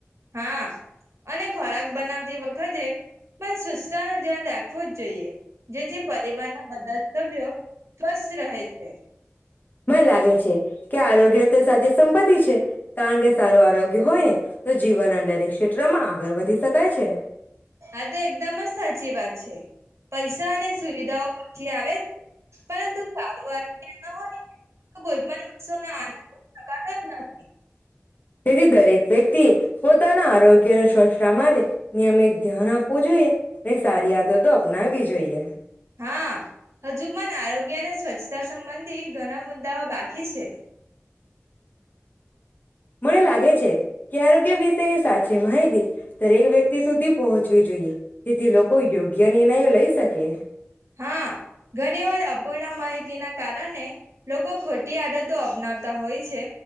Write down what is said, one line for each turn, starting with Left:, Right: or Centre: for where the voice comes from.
Right: હા અને ખોરાક બનાવતી વખતે મન સ્વચ્છ તા નો ધ્યાન રાખવો જ જોઈએ. જેથી પરિવારના બધા સભ્યો સ્વસ્થ રહે છે.
Left: મને લાગે છે કે આરોગ્ય તો સાચી સંપતિ છે. કારણ કે સારું આરોગ્ય હોય ને તો જીવનના દરેક ક્ષેત્રમાં આગળ વધી શકાય છે.
Right: આ તો એકદમ જ સાચી વાત છે પૈસા અને સુવિધાઓ પછી આવે છે પરંતુ સારું આરોગ્ય ના હોયને કોઈ પણસો આનંદ શકાતો જ નથી.
Left: તેથી દરેક વ્યક્તિએ પોતાના આરોગ્યને સ્વથ પ્રમાદે નિમિત ધ્યાન આપવું જોઈએ, અ સારી યાદો તો અપનાવી જોઈએ.
Right: હા, હજુ પણ આરોગ્ય અને સ્વચ્છતા સંબંધી ઘણા મુદ્દાઓ બાકી છે.
Left: મને લાગે છે કે આરોગ્ય વિશેની સાચી માહિતી, દરેક વ્યક્તિ સુધી પહોંચવી જોઈએ, જેથી લોકો યોગ્ય નિર્ણયો લઈ શકે.
Right: હા ઘણી વાર અપૂર્ણા માહિતી ના કારણે લોકો ખોટી આડતો અપનાવતા હોય છે,